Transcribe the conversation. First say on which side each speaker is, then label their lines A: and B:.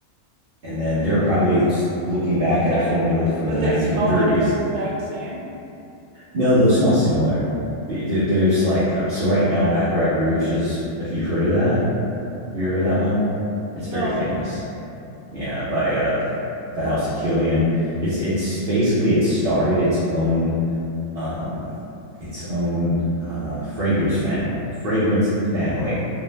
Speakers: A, on the right (about 60°); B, on the right (about 80°).
A: and then they're probably looking back
B: Okay.
A: at a formula from
B: But
A: the 1930s.
B: they smell like the exact same?
A: No, they'll smell similar. There's like um, so right now, Baccarat Rouge is if you've heard of that Have you ever heard that one? It's
B: No.
A: very famous. Yeah, by uh the House of Killian. It's it's basically it started its own um its own uh fragrance fam fragrance family.